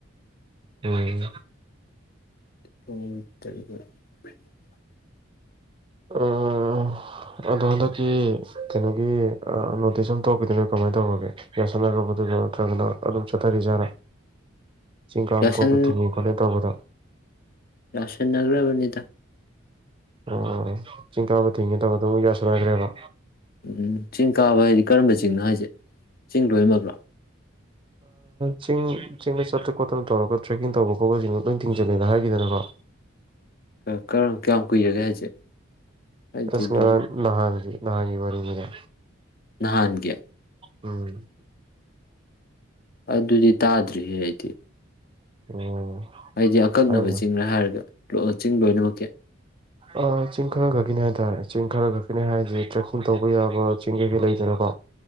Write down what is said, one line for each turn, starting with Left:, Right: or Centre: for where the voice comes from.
Right: ꯎꯝ
Left: <inaudible>
Right: ꯎꯝ ꯑꯗꯣ ꯍꯟꯗꯛꯀꯤ ꯀꯩꯅꯣꯒꯤ ꯑꯥ ꯅꯣꯇꯤꯁ ꯑꯃ ꯊꯣꯛꯈꯤꯗꯨꯅ ꯀꯃꯥꯏꯅ ꯇꯧꯒ꯭ꯔꯒꯦ ꯌꯥꯁꯥꯟꯅꯒ꯭ꯔꯕꯣꯗꯨꯗꯣ ꯅꯠꯇ꯭ꯔꯒꯅ ꯑꯗꯨꯝ ꯆ ꯊꯔꯤꯖꯥꯠꯂ ꯆꯤꯡ ꯀꯥꯕ
Left: ꯌꯥꯁꯟ
Right: ꯈꯣꯠꯄ ꯊꯤꯡꯉꯦ ꯈꯣꯠꯂꯦ ꯇꯧꯕꯗꯣ
Left: ꯌꯥꯁꯟꯅꯒ꯭ꯔꯕꯅꯤꯗ
Right: ꯑꯣ ꯆꯤꯡꯀꯥꯕ ꯊꯤꯡꯉꯦ ꯇꯧꯕꯗꯣ ꯌꯥꯁ ꯁꯟꯅꯒ꯭ꯔꯦꯕ
Left: ꯎꯝ ꯆꯤꯡ ꯀꯥꯕ ꯍꯥꯏꯗꯤ ꯀꯔꯝꯕ ꯆꯤꯡꯅꯣ ꯍꯥꯏꯁꯦ ꯆꯤꯡ ꯂꯣꯏꯃꯛꯂꯣ
Right: ꯆꯤꯡ ꯆꯤꯡꯗ ꯆꯠꯇꯅ ꯈꯣꯠꯇꯅ ꯇꯧꯔꯒ ꯇ꯭ꯔꯦꯛꯀꯤꯡ ꯇꯧꯕ ꯈꯣꯠꯄꯁꯤꯡꯗꯣ ꯂꯣꯏꯅ ꯊꯤꯡꯖ ꯖꯦꯅꯤꯅꯦ ꯍꯥꯏꯈꯤꯗꯅꯀꯣ
Left: ꯀꯔꯝ ꯀꯌꯥꯝ ꯀꯨꯏꯔꯒꯦ ꯍꯥꯏꯁꯦ ꯑꯩꯗꯤ
Right: ꯑꯁ
Left: ꯑꯗꯨ
Right: ꯉꯔꯥꯡ ꯅꯍꯥꯟꯒꯤ ꯉꯍꯥꯟꯒꯤ ꯋꯥꯔꯤꯅꯤꯗ
Left: ꯅꯍꯥꯟꯒꯤ
Right: ꯎꯝ
Left: ꯑꯗꯨꯗꯤ ꯇꯥꯗ꯭ꯔꯤꯍꯦ ꯑꯩꯗꯤ
Right: ꯑꯣ
Left: ꯍꯥꯏꯗꯤ ꯑꯀꯛꯅꯕ
Right: ꯍꯥꯏꯕꯗꯣ
Left: ꯆꯤꯂ ꯍꯥꯏꯔꯒ ꯂꯣ ꯆꯤꯡ ꯂꯣꯏꯅꯃꯛꯀꯤ
Right: ꯑꯥ ꯆꯤꯡ ꯈꯔ ꯈꯛꯀꯤꯅꯤ ꯍꯥꯏꯇꯥꯔꯦ ꯆꯤꯡ ꯈꯔ ꯈꯛꯀꯤꯅꯦ ꯍꯥꯏꯔꯤꯁꯦ ꯇ꯭ꯔꯦꯛꯀꯤꯡ ꯇꯧꯕ ꯌꯥꯕ ꯆꯤꯡ ꯀꯩꯀꯩ ꯂꯩꯗꯅꯀꯣ